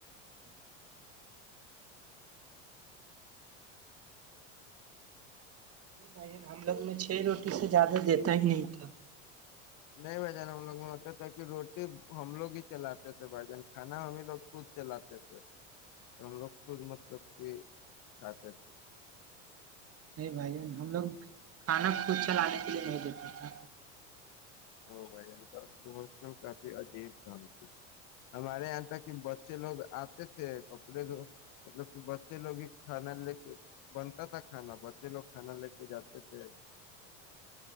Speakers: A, on the right; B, on the left.
A: جی نہیں بھائین ہم لوگ میں چھ روٹی سے زیادہ دیتا ہی نہیں تھا
B: نہیں ب جانا ہم لوگ میں ہوتا تاکہ روٹی ہم لوگ لتے تھ بھجن کھانا ہمیں لوگ خود چلاتے تھے ہم لوگ خود مطلب کہ کھاتے تھے
A: نہیں بھائی جان ہم لوگ کھانا خود چلانے کے لیے نہیں دیتا تھا
B: ا بھائی یہ کافی عجیب تھا ہم ہمارے یہاں تھا کہ بچے لوگ آتے تھے کپڑے دو مطلب کہ بچے لوگ ہی کھانا لے کے بنتا تھا کھانا بچے لوگ کھانا لے کے جاتے تھے